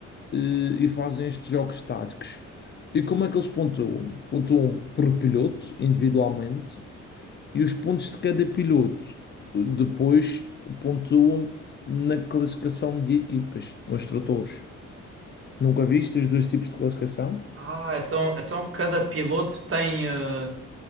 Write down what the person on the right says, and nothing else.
Ah, então, então cada piloto tem, eh,